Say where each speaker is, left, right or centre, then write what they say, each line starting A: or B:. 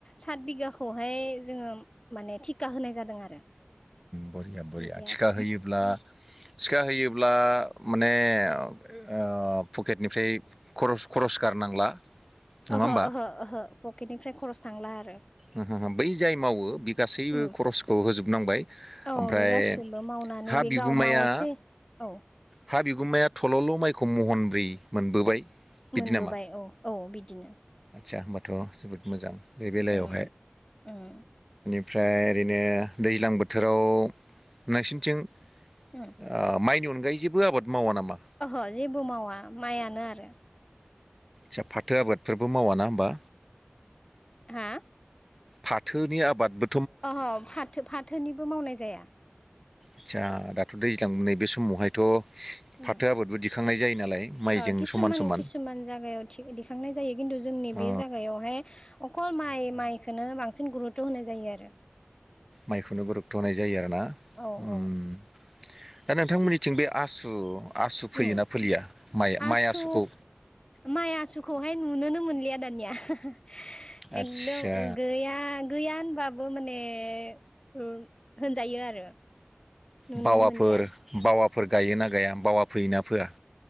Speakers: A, on the left (about 20°); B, in the centre.
A: सात बिगाखौहाय जोङो माने थिका होनाय जादों आरो।
B: बरिया बरिया
A: बिदि
B: थिखा
A: आरो
B: होयोब्ला थिखा होयोब्ला माने ओ पकेटनिफ्राय खरस खरस गारनांला नङा
A: ओहो
B: होमबा
A: ओहो ओहो पकेटनिफ्राय खरस थांला आरो।
B: ओह ह बै जाय मावो बे गासैबो
A: उम
B: खरसखौ होजोबनांबाय
A: औ
B: ओमफ्राय।
A: बे गासिबो मावनानै
B: हा
A: बे
B: बिगुमाया
A: गाव मावोसै औ
B: हा बिगुमाया थल'ल' माइ। खौ महनब्रै मोनबोबाय। बिदि
A: मोनबोबाय
B: नामा,
A: औ औ बिदिनो
B: आतसा होमबाथ' जोबोद मोजां बे बेलायाव।
A: उ। <unintelligible>
B: ओमफ्राय ओरैनो दैज्लां बोथोराव नोंसिनिथिं। ओ
A: उम
B: माइनि अनगायै जेबो आबाद मावा नामा
A: ओहो जेबो मावा माइआनो आरो।
B: सा फाथो आबादफोरबो मावााना होमबा?
A: हा
B: फाथोनि आबाद बो
A: अह फाथो फाथोनिबो मावनाय जाया।
B: आतसा दाथ' दैज्लां नैबे समावहायथ'
A: उम
B: फाथो आबादबो दिखांनाय जायो। नालाय माइजों
A: ओ किसुमान
B: समान समान
A: किसुमान जा गायाव थि दिखांनाय जायो खिन्थु जोंनि
B: ओ
A: बे जायगायावहाय अखल माइ माइखौनो बांसिन गरु थ' होनाय जायो आरो।
B: माइखौनो गरुथ' होनाय जायो आरोना
A: औ
B: उम
A: औ
B: दा नोंथांमोननिथिं बे आसु आसु फोयोना
A: उम
B: फोलिया माइ
A: आसु
B: माइ आसुखौ
A: माइ आसुखौहाय नुनोनो मोनलिया। दानिया एकदम
B: आदसा
A: गैया गैया बाबो माने ओ होनजायो आरो। नुनोनो
B: बावाफोर
A: मोनलिया
B: बावाफोर गायोना गाया बावा फोयोना फोया